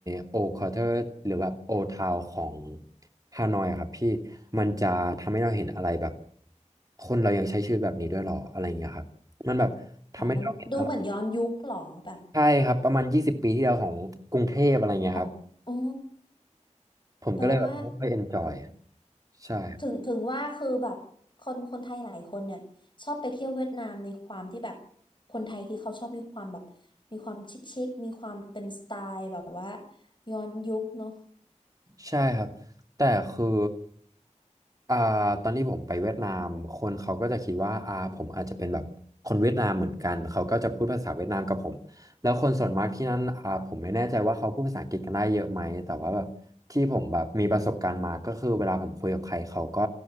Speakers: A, on the right; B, on the left.
A: โอคอเทอร์หรือแบบโอทาวของฮานอยอะครับพี่มันจะทำให้เราเห็นอะไรแบบคนเรายังใช้ชีวิตแบบนี้ด้วยหรออะไรอย่างเงี้ยครับมันแบบทำให้เราเห็นอะไร
B: อ๋อมันดูเหมือนย้อนยุคเหรอแบบ
A: ใช่ครับประมาณยี่สิบปีที่แล้วของกรุงเทพอะไรเงี้ยครับ
B: ของอ๋อ
A: ผมก็เลยแบบไม่ค่อยเอนจอย
B: แปลว่า
A: ใช่
B: ถึงถึงว่าคือแบบคนคนไทยหลายคนเนี่ยชอบไปเที่ยวเวียดนามในความที่แบบคนไทยที่เขาชอบมีความแบบมีความชิคชิคมีความเป็นสไตล์แบบว่าย้อนยุคเนาะ
A: ใช่ครับแต่คืออ่าตอนที่ผมไปเวียดนามคนเขาก็จะคิดว่าอ่าผมอาจจะเป็นแบบคนเวียดนามเหมือนกันเขาก็จะพูดภาษาเวียดนามกับผมแล้วคนส่วนมากที่นั่นอ่าผมไม่แน่ใจว่าเขาพูดภาษาอังกฤษกันได้เยอะไหมแต่ว่าแบบที่ผมแบบมีประสบการณ์มาก็คือเวลาผมคุยกับใครเขาก็